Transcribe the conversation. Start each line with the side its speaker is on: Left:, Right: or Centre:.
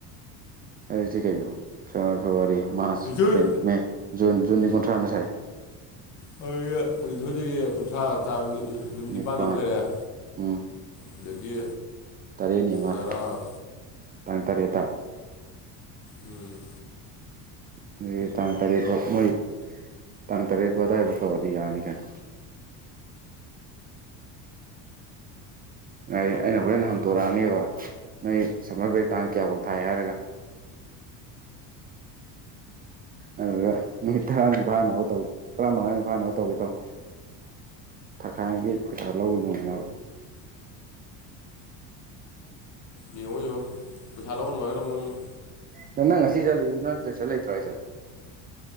Right: ꯍꯥꯏꯁꯦ ꯀꯩꯅꯣ January February March
Left: June
Right: April May June ꯖꯨꯟꯗꯤ ꯀꯣꯟꯊ꯭ꯔꯥꯅ ꯁꯥꯏꯌꯦ
Left: ꯑꯗꯨꯒꯤ ꯀꯨꯟꯅꯤꯊꯣꯏꯗꯒꯤ ꯀꯨꯟꯊ꯭ꯔꯥ ꯇꯥ ꯅꯨꯃꯤꯠ ꯅꯤꯄꯥꯟꯅꯤ
Right: ꯅꯤꯄꯥꯜ
Left: ꯑꯃ ꯂꯩꯔꯦ
Right: ꯎꯝ
Left: ꯑꯗꯒꯤ
Right: ꯇꯔꯦꯠꯅꯤ ꯑꯃ
Left: ꯇꯔꯥ
Right: ꯇꯥꯡ ꯇꯔꯦꯠꯇ
Left: ꯎꯝ
Right: ꯑꯗꯨꯗꯤ ꯇꯥꯡ ꯇꯔꯦꯠꯇꯣ ꯃꯣꯏ ꯇꯥꯡ ꯇꯔꯦꯠ ꯐꯥꯎ ꯑꯗꯨꯗꯥꯏꯐꯥꯎ ꯇꯧꯔꯗꯤ ꯌꯥꯔꯅꯤ ꯀꯩꯅꯣ ꯉꯥꯏ ꯑꯩꯅ ꯍꯣꯔꯦꯟ ꯍꯪꯇꯣꯔꯛꯑꯅꯤꯕ ꯅꯣꯏ ꯁꯝꯃꯔ ꯕ꯭ꯔꯦꯛ ꯇꯥꯡ ꯀꯌꯥꯐꯥꯎ ꯊꯥꯏ ꯍꯥꯏꯔꯒ ꯑꯗꯨꯒ ꯅꯨꯃꯤꯠ ꯇꯔꯥꯅꯤ ꯐꯥꯅꯕ ꯇꯧ ꯇꯔꯥ ꯃꯉꯥꯅꯤ ꯐꯥꯅꯕ ꯇꯧꯒꯦ ꯇꯧ ꯊꯥꯈꯥꯏꯒꯤ ꯄꯩꯁꯥ ꯂꯧꯕ ꯅꯨꯉꯥꯏꯅꯕ
Left: ꯌꯦꯡꯉꯣ ꯌꯦꯡꯉꯣ ꯄꯩꯁꯥ ꯂꯧꯕ ꯅꯨꯡꯉꯥꯏꯒꯗꯕ ꯃꯑꯣꯡꯗ
Right: ꯅꯪꯅ ꯉꯁꯤ ꯆꯠꯂꯤꯗꯨꯅ ꯇꯨꯏꯁꯟ ꯂꯩꯇ꯭ꯔꯣ ꯍꯥꯏꯖꯦ